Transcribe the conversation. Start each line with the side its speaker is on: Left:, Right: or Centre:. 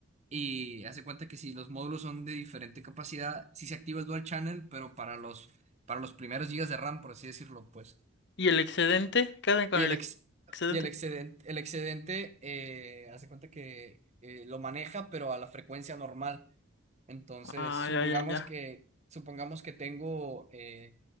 Right: y hace cuenta que si los módulos son de diferente capacidad, sí se activa el Dual Channel, pero para los, para los primeros gigas de RAM, por así decirlo, pues.
Left: ¿Y el excedente? ¿Qué hacen con
Right: Y
Left: el
Right: el, ex,
Left: ex- excedente?
Right: y el excedente, el excedente eh, hace cuenta que eh, lo maneja, pero a la frecuencia normal. Entonces,
Left: Ah,
Right: supongamos
Left: ya, ya, ya.
Right: que, supongamos que tengo eh,